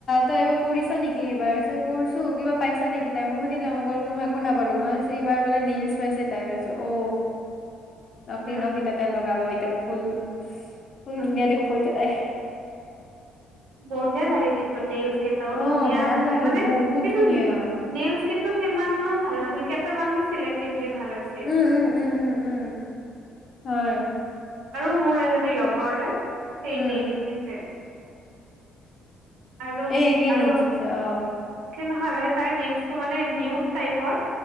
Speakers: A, on the left (about 35°); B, on the right (about 80°).
A: টাউক কৰিছা নেকি এইবাৰ কৰিছো কিবা পাইছা নেকি তাই মোক সুধিলে মই কলো কি মই একো নাপালো মই এইবাৰ বোলে নেইলছ পাইছে তাইছ অ নকি
B: উম
A: নহি তাতে লগাব এতিয়া ফুল ফুল
B: উম
A: দুুনীয়া দেখুৱাইতে তাই
B: বঢ়িয়া লাগে কিন্তু নলছ কেইটাও
A: অ
B: ধুনীয়া
A: ভাল
B: আছে
A: লাগে
B: মানে
A: বহুত
B: কিন্তু
A: ধুনীয়া
B: নেলছ কিন্তু সিমানো ভাল নাছিল কেইটা মানুহে চিলেক্ট আছিল ভাল আছিল।
A: উম, উম, উম, উম, উম, হয়,
B: আৰু মোৰ এজনী লগৰ নে সেই
A: উম,
B: নেলছ দিছে আৰু
A: এেই
B: আৰু
A: নিচিছে অ
B: নহয় তাই নলছটো মানে নিউট টাইপৰ